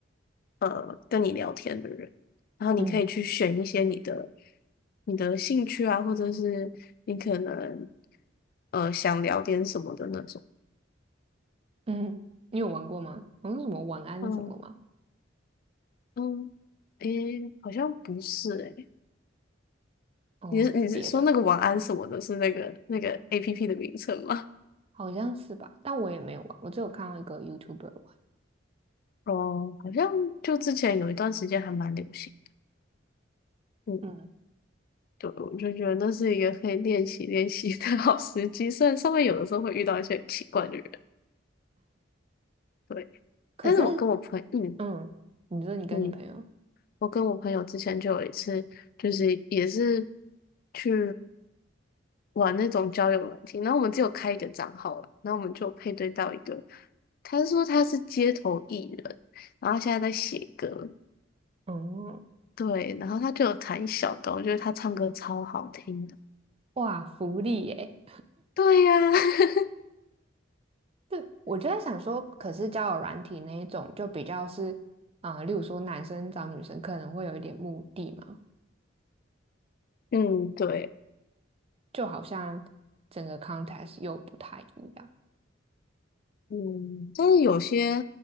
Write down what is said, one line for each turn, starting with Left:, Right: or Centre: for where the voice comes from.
Left: 呃跟你聊天的人，然后你可以去选一些你的
Right: 嗯
Left: 你的兴趣啊，或者是你可能呃想聊点什么的那种。
Right: 嗯，你有玩过吗？好像什么晚安什么吗？
Left: 嗯嗯，诶，好像不是诶，
Right: 哦，
Left: 你是你是说那个晚安什么的，
Right: 别的。
Left: 是那个那个 APP 的名称吗？
Right: 好像是吧，但我也没有玩，我只有看到一个 YouTuber 玩。
Left: 哦，好像就之前有一段时间还蛮流行。嗯，
Right: 嗯，
Left: 对，我就觉得那是一个可以练习练习的好时机，虽然上面有的时候会遇到一些很奇怪的人，对。
Right: 可是，
Left: 但是我跟我朋友，嗯
Right: 嗯，你说你跟你朋友，
Left: 嗯，我跟我朋友之前就有一次，就是也是去玩那种交友软件，然后我们只有开一个账号了，然后我们就配对到一个，他说他是街头艺人，然后他现在在写歌，
Right: 嗯，
Left: 对，然后他就有弹小的，我觉得他唱歌超好听的，
Right: 哇，福利耶！
Left: 对呀、<laughs>
Right: 对，我就在想说，可是交友软体那一种就比较是，啊、例如说男生找女生可能会有一点目的嘛，
Left: 嗯，对。
Right: 就好像整个 context 又不太一样。
Left: 嗯，但是有些